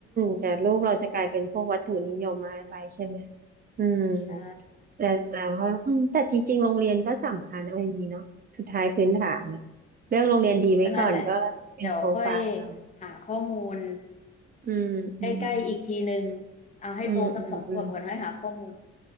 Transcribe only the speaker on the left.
ใช่
ก็นั่นแหละเดี๋ยวค่อยหาข้อมูล
ใกล้ๆอีกทีหนึ่งเอาให้โตสักสองขวบก่อนค่อยหาข้อมูล